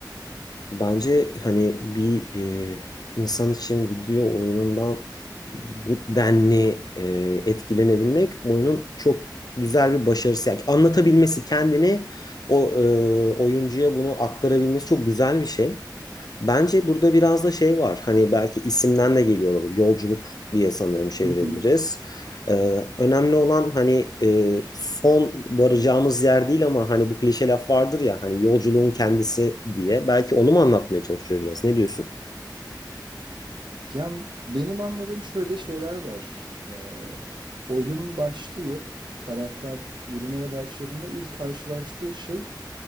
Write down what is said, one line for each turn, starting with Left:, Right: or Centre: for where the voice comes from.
Left: Bence hani bir e, insan için video oyunundan bu denli e, etkilenebilmek oyunun çok güzel bir başarısı. Yani anlatabilmesi kendini o e, oyuncuya bunu aktarabilmesi çok güzel bir şey. Bence burada biraz da şey var. Hani belki isimden de geliyor olabilir. Yolculuk diye sanıyorum çevirebiliriz.
Right: Hı hı.
Left: Ee, önemli olan hani e, son varacağımız yer değil ama hani bu klişe laf vardır ya hani yolculuğun kendisi diye. Belki onu mu anlatmaya çalışıyor biraz? Ne diyorsun?
Right: Ya benim anladığım şöyle şeyler var. Ee, oyun başlıyor. Karakter yürümeye başladığında ilk karşılaştığı şey